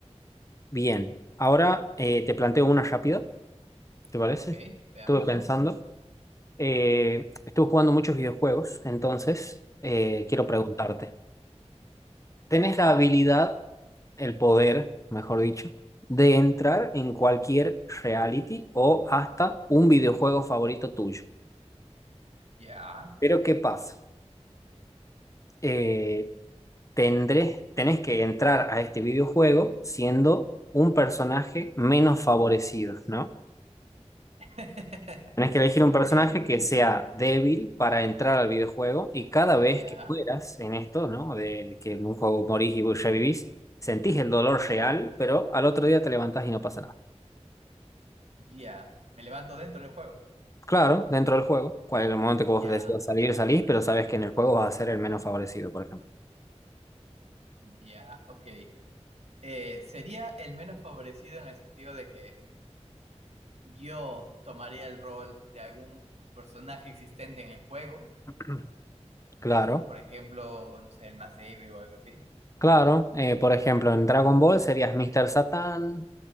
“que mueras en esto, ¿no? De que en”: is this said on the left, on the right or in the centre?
Left